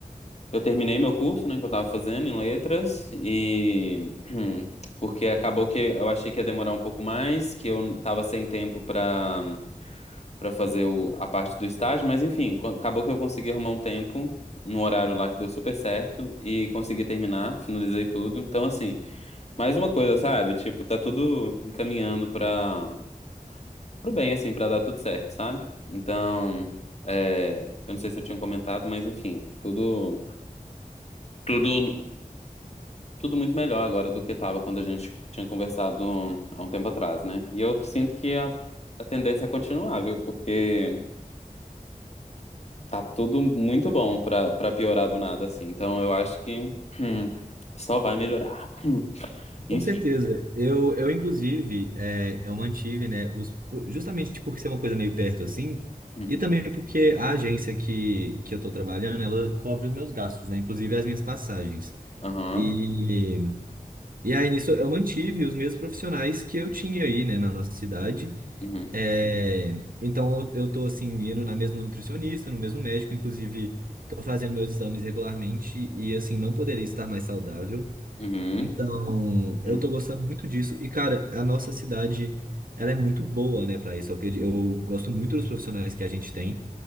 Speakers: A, on the left; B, on the right.
A: eu terminei meu curso, né, que eu tava fazendo em letras, e <clears throat> porque acabou que eu achei que ia demorar um pouco mais, que eu tava sem tempo pra, para fazer o- a parte do estágio, mas enfim, co- acabou que eu consegui arrumar um tempo. num horário lá que deu super certo e consegui terminar, finalizei tudo. Então, assim, mais uma coisa, sabe? Tipo, tá tudo encaminhando pra pro bem, assim, pra dar tudo certo, sabe? Então, é, eu não sei se eu tinha comentado, mas enfim, tudo, tudo, tudo muito melhor agora do que tava quando a gente tinha conversado há um tempo atrás, né? E eu sinto que a, a tendência é continuar, viu? Porque tá tudo muito bom pra, pra piorar do nada, assim. Então, eu acho que hum, só vai melhorar. <laughs> Hum, Enfim.
B: Com certeza. Eu, eu inclusive, é, eu mantive, né, os, por- justamente porque ser uma coisa meio perto assim,
A: Uhum.
B: e também porque a agência que, que eu tô trabalhando, ela cobre os meus gastos, né, inclusive as minhas passagens.
A: Aham.
B: E, e aí nisso eu mantive os mesmos profissionais que eu tinha aí, né, na nossa cidade.
A: Uhum.
B: É, então eu, eu tô assim indo na mesma nutricionista, no mesmo médico, inclusive tô fazendo meus exames regularmente e assim não poderia estar mais saudável.
A: Uhum.
B: Então, eu
A: Uhum.
B: tô gostando muito disso e cara, a nossa cidade ela é muito boa, né, para isso. Eu, acredi- eu gosto muito dos profissionais que a gente tem.